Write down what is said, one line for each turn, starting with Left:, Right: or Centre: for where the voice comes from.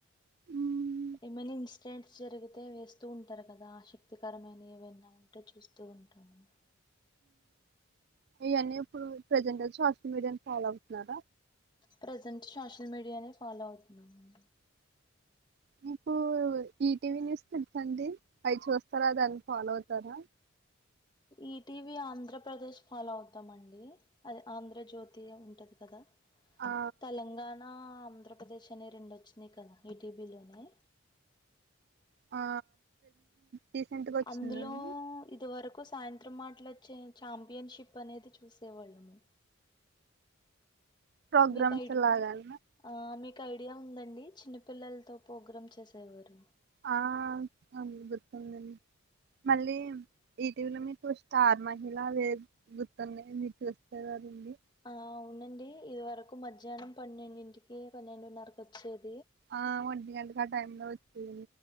Right: మీరు
Left: ఏమైనా ఇన్సిడెంట్స్ జరిగితే వేస్తూ ఉంటారు కదా ఆసక్తికరమైన ఏవనా ఉంటే చూస్తూ ఉంటాము
Right: ఇవన్నీ ఇప్పుడు ప్రెజెంట్ సోషల్ మీడియాని ఫాలో అవుతున్నారా
Left: ప్రజెంట్ సోషల్ మీడియానే ఫాలో అవుతున్నాము
Right: మీకు ఈటీవీ న్యూస్ తెలుసా అండి అవి చూస్తారా దాన్ని ఫాలో అవుతారా
Left: ఈటీవీ ఆంధ్రప్రదేశ్ ఫాలో అవుతామండి అది ఆంధ్రజ్యోతి ఉంటది కదా
Right: ఆ
Left: తెలంగాణ ఆంధ్ర పదర్శ అనే రెండు వచ్చిందియి కదా ఈటీబీలోనే
Right: ఆ రీసెంట్గా వచ్చిందండి
Left: అందులో ఇది వరకు సాయంత్రం మాత్ర మాటలు వచ్చే చాంపియన్షిప్ అనేది చూసేవాళ్ళము
Right: ప్రోగ్రామ్స్లాగాలన్నా
Left: మీకు ఐడి ఆ మీకు ఐడియా ఉందండి చిన్నపిల్లలతో ప్రోగ్రామ్ చేసేవారు
Right: ఆ అ గుర్తుందండి మళ్ళీ ఇటీవల మీకు స్టార్ట్ మహిళ వేరు గుర్తుఉనాయా చూస్తే కదండి
Left: ఆ ఉవునండి ఇదివరకు మధ్యాహ్నం పన్నెండింటికి పన్నెండున్నరకు వచ్చేది
Right: ఆ వొంటి గంట టైమ్ లో వచి